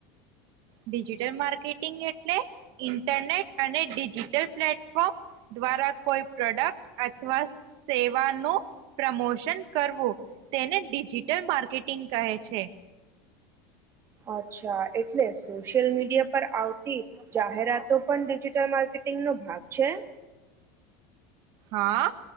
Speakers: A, on the right; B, on the right.
A: ડિજિટલ માર્કેટિંગ એટલે ઇન્ટરનેટ અને ડિજિટલ પ્લેટફોર્મ દ્વારા કોઈ પ્રોડક્ટ અથવા સેવાનું પ્રમોશન કરવું, તેને ડિજિટલ માર્કેટિંગ કહે છે.
B: અચ્છા એટલે સોશિયલ મીડિયા પર આવતી જાહેરાતો પણ ડિજિટલ માર્કેટિંગનો ભાગ છે?
A: હા,